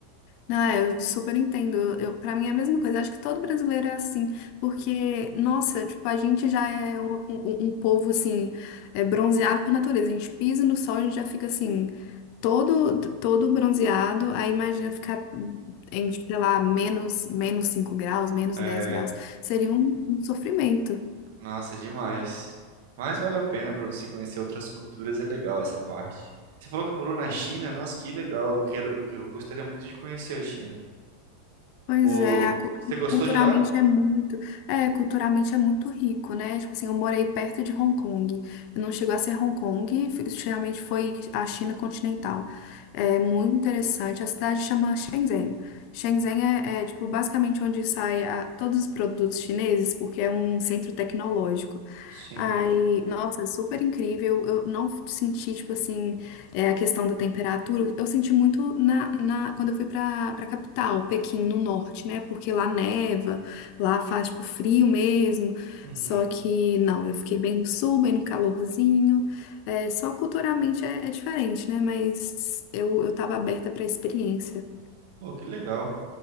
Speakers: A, on the left (about 50°); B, on the right (about 70°).
A: Não, é, eu super entendo. Eu, para mim é a mesma coisa. Acho que todo brasileiro é assim, porque, nossa, tipo, a gente já é um, um- um um povo assim, é, bronzeado por natureza. A gente pisa no sol, a gente já fica assim, todo todo bronzeado. Aí imagina ficar em, sei lá, menos menos 5 graus, menos
B: É,
A: 10 graus. Seria um, um sofrimento.
B: Nossa, é demais. Mas vale a pena pra você conhecer outras culturas, é legal essa parte. Você falou que morou na China, nossa, que legal. Eu quero, eu eu gostaria muito de conhecer a China.
A: Pois
B: O...
A: é, a cu-
B: Você gostou
A: culturalmente
B: de lá?
A: é muito, é, culturalmente é muito rico, né? Tipo assim, eu morei perto de Hong Kong. Eu não chegou a ser Hong Kong, fi- geralmente foi a China continental. É muito interessante. A cidade chama Shenzhen. Shenzhen é, é, tipo basicamente onde saem todos os produtos chineses, porque é um centro tecnológico.
B: Sim.
A: Aí, nossa, super incrível. Eu não senti, tipo assim. É a questão da temperatura. Eu senti muito na, na- quando eu fui para para capital, Pequim, no norte, né? Porque lá neva, lá faz tipo frio mesmo.
B: Uhum.
A: Só que não, eu fiquei bem no sul, bem no calorzinho. É, só culturalmente é, é diferente, né? Mas eu, eu tava aberta para a experiência.
B: Pô, que legal.